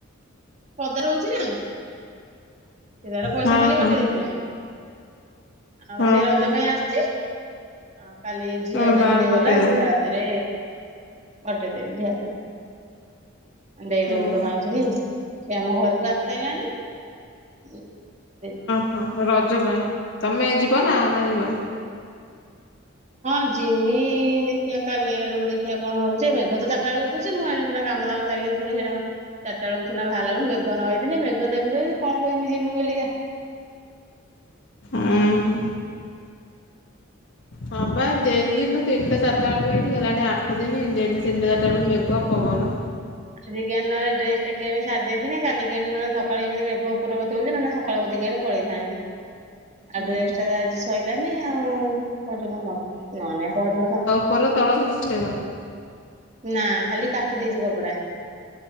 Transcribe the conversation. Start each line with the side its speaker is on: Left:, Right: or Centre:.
Right: ପଦାରେ ରହୁଛି ନା ସେ ତାର ପଇସା
Left: ହଁ
Right: ଖାଲି
Left: ହଁ
Right: ପଠେଇ ଦେଇଥିଲା। ଆଉ
Left: ହଁ
Right: ସେ ରଜ
Left: ହଁ
Right: ପାଇଁ ଆସିଛି। ଆ କାଲି ଝିଅ
Left: ହଁ
Right: ଯେମିତି
Left: ତା ପଠେଇଦେଲି
Right: ଗଲା ଝିଅ ହା ତେରେ ପଠେଇ ଦେଲି ଝିଅ ହାତରେ। ଦେଇଦବୁ
Left: ହଁ
Right: ତୋ ମାଉସିକି ସିଏ ଆମ ଘରକୁ ଆସି ସାରଲାଣି ଦେଇ ଦବୁ।
Left: ହଁ ହଁ ରଜ ପାଇଁ ତମେ ଯିବ ନା ନା ଯିବନି।
Right: ହଁ ଜିମି ଦେଖିବା କାଲି ଆଡେକୁ ଦେଖିବା କଣ ହଉଛି ଏ ମେଘ ତ ଚାରିଟା ବେଳ ଉଠୁଛି ମୁଁ ଏଣେ ସେତେ କାମ ଦାମ ସାରିକି। ପୁଣି ସେଇଟା କୁ ଚାରିଟା ବେଳକୁ ସିନା ବାହାରିଲା ବେଳକୁ ମେଘ ନ ହେଇଥିଲି ମେଘ ତ ଏମିତି କଣ କହିବି ଯିମି ବୋଲିକା।
Left: ଉଁ ହଁ। ହଁ ବା ଡେଲି ଲୋ ତିନିଟା ଚାରିଟା ବେଳକୁ ଏଇଠି ହେଲାଣି ଆଠ ଦିନ ଡେଲି ତିନଟା ଚାରିଟା ବେଳକୁ ମେଘ ପବନ।
Right: ଆଜିି କେମତି ନହେଲେ ଡ୍ରେସ ଟା କି ଆଣି ସାରିଦେଇଥିନି କାଲିି କି ନହେଲେ ସକାଳେ ଏମିତି ମେଘ ଉପରକୁ ଉଠଉଛି। ସଖାଳୁ କତିକି ଜଣେ ପଳେଇଥାନ୍ତି ଆଉ
Left: ହୁଁ
Right: ଡ୍ରେସ ଟା ତ ଆଜି। ସଇିଲାନି ଆଉ କରିବ କଣ ନ ନାଇ ପଅରଦିନ ସ
Left: ଓପର ତଳ କିଛି ସିଲେଇ କରିନ।
Right: ନା ଖାଲି କାଟି ଦେଇଛି କପଡା।